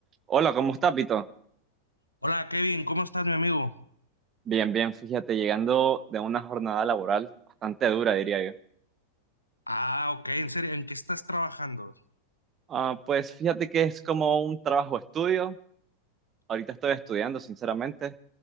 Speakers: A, on the right; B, on the left.
A: Hola, ¿cómo estás, Pito?
B: Hola Kevin, ¿cómo estás, mi amigo?
A: Bien, bien, fíjate, llegando de una jornada laboral bastante dura, diría yo.
B: Ah, ok, en serio, ¿en qué estás trabajando?
A: Ah, pues fíjate que es como un trabajo-estudio. Ahorita estoy estudiando, sinceramente.